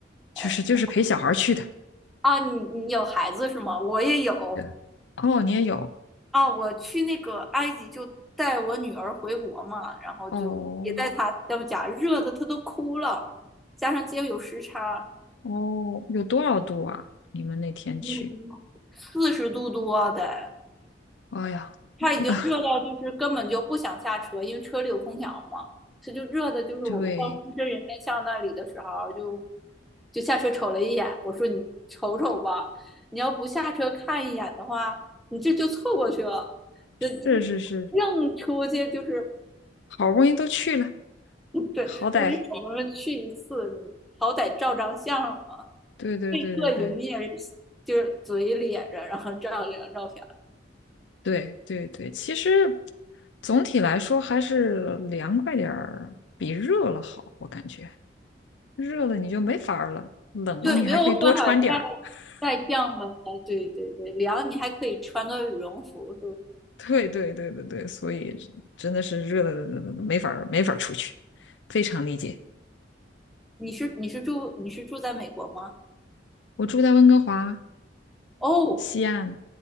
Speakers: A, in the centre; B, on the left.
A: 哎你
B: 就是就是陪小孩儿去的。
A: 啊，你你有孩子是吗？我也有
B: 对，哦，你也有
A: 啊，我去那个埃及就带我女儿回国嘛，然后就也带她，
B: 哦
A: 要不假热的她都哭了，加上今天有时差。
B: 哦，有多少度啊？你们那天去？
A: 嗯，四十度多啊得，
B: 哎呀，
A: 他已经热到就是根本就不想下车，
B: <laughs>
A: 因为车里有空调嘛，他就热的，就是我们到深圳人民巷那里的时候就，
B: 对，
A: 就下车瞅了一眼，我说你瞅瞅吧，你要不下车看一眼的话，你这就错过去了，那一硬出去就是，
B: 是是是，好不容易都去了，
A: 对，
B: 好歹，
A: 我说你怎么去一次，你好歹照张相嘛，
B: 对对对对对。
A: 被迫营业就是嘴咧着，然后照了两张照片。
B: 对对对，其实总体来说还是凉快点儿比热了好，我感觉热了你就没法儿了，冷了你还可以多穿点儿。
A: 对，没有办法再
B: <laughs>
A: 再降温了。哎对对对，凉你还可以穿个羽绒服，是不是？
B: 对对对对对，所以真的是热的没法儿没法儿出去，非常理解。
A: 你是你是住你是住在美国吗？
B: 我住在温哥华
A: 哦，
B: 西岸，